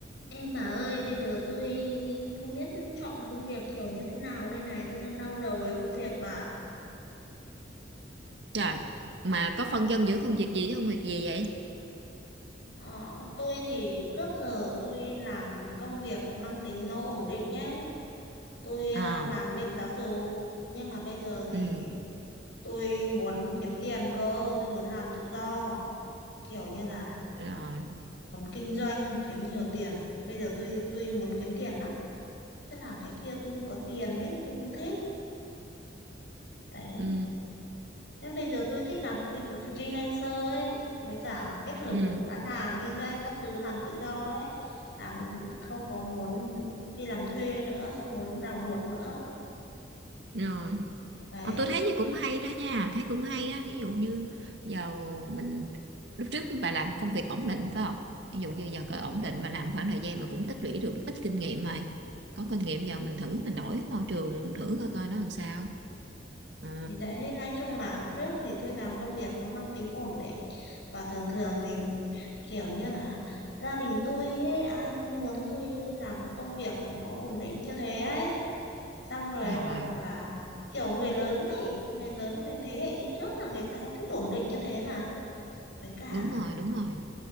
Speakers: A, on the left; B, on the right.
A: Em bà ơi, bây giờ tôi không biết chọn công việc kiểu như thế nào đây này, tôi đang đau đầu với công việc bà.
B: Trời, mà có phân dân giữa công việc gì với công việc gì vậy?
A: Ờ, tôi thì trước giờ tôi làm công việc mang tính nó ổn định nhé. Tôi à,
B: Ờ,
A: làm bên giáo dục, nhưng mà bây giờ thì
B: ừ,
A: tôi muốn kiếm tiền cơ, tôi muốn làm tự do, kiểu như là
B: rồi,
A: muốn kinh doanh kiếm nhiều tiền. Bây giờ tôi tôi muốn kiếm tiền lắm, chứ làm cái kia tôi không có tiền ấy, tôi không thích. Đấy.
B: ừ,
A: Nên bây giờ tôi thích làm free- freelancer ấy, với cả kết hợp
B: ừ,
A: bán hàng, kinh doanh các thứ làm tự do ấy, làm không có muốn đi làm thuê nữa, không muốn ràng buộc nữa.
B: rồi.
A: Đấy,
B: Ờ, tôi thấy gì cũng hay đó nha, thấy cũng hay á. Ví dụ như giờ mình, lúc trước bà làm công việc ổn định phải không? Ví dụ như giờ cỡ ổn định mà làm khoảng thời gian mà cũng tích lũy được ít kinh nghiệm rồi. Có kinh nghiệm giờ mình thử, mình đổi môi trường thử coi coi nó làm sao. Ừ,
A: thì đấy nói chung là trước thì tôi làm công việc nó mang tính ổn định và thường thường thì kiểu như là gia đình tôi ấy, ai cũng muốn tôi làm công việc nó ổn định như thế ấy. Xong rồi
B: rồi,
A: bảo là kiểu người lớn ấy, người lớn người thế hệ đi trước là người ta hay thích ổn định như thế mà. với cả
B: đúng rồi, đúng rồi.